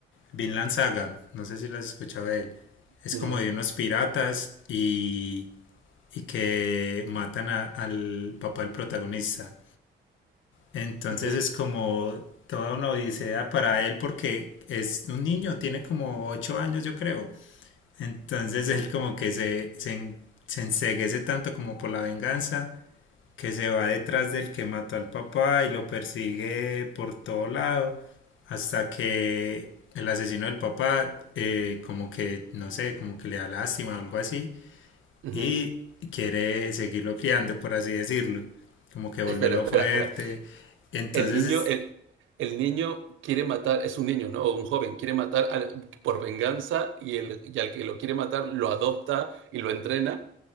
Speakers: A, on the left; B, on the right.
A: Vinland Saga, no sé si lo has escuchado de él. Es
B: No.
A: como de unos piratas y, y que matan a- al papá del protagonista. Entonces
B: Uh -huh.
A: es como toda una odisea para él porque es un niño, tiene como 8 años yo creo. Entonces él como que se, se, en- se enceguece tanto como por la venganza que se va detrás del que mató al papá y lo persigue por todo lado hasta que el asesino del papá eh, como que no sé como que le da lástima o algo así
B: Uh
A: y
B: -huh.
A: quiere seguirlo criando por así decirlo como que
B: Espera,
A: volverlo
B: espera,
A: fuerte
B: espera.
A: entonces
B: El niño, el, el niño quiere matar, es un niño, ¿no? O un joven, quiere matar al- por venganza y, el, y al que lo quiere matar lo adopta y lo entrena.